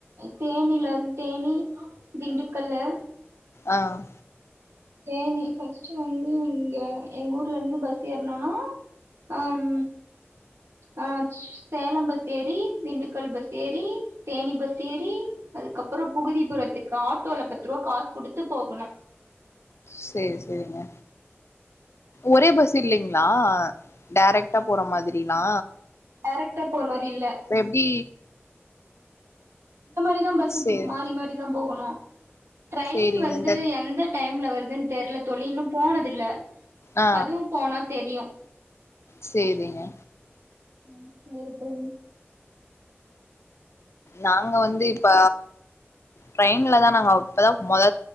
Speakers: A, on the right; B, on the left.
A: தேனீலருந்து தேனீ திண்டுக்கல்லு
B: ஆ
A: தேனீ ஃபர்ஸ்ட்டு வந்து இங்க எங்க ஊர்லந்து பஸ் ஏற்னனா அம் ஆ சேலம் பஸ் ஏறி திண்டுக்கல் பஸ் ஏறி தேனீ பஸ் ஏறி அதுக்கப்புறோ புகுதிபுறத்துக்கு ஆட்டோல பத்ரூவா காசு குடுத்து போகணும்
B: சேர் செரிங்க ஒரே பஸ் இல்லைங் நா டேரக்டா போற மாதிரினா
A: டேரக்ட்டா போ மாரி இல்ல
B: எப்டி
A: இந்த மாரிதா பஸ்ஸு
B: சேரி
A: மாரி மாரி தா போகணு ட்ரையின்
B: சேரிங்க
A: வந்து
B: இந்த
A: எந்த டைம்ல வருதுன் தெர்ல தோழி இன்னும் போனது இல்ல
B: ஆ
A: அதுவு போனா தெரியு
B: சேரிங்க
A: ம் சேரி தோழி
B: நாங்க வந்து இப்ப ட்ரெயின்லதா நாங்க இப்பதா மொத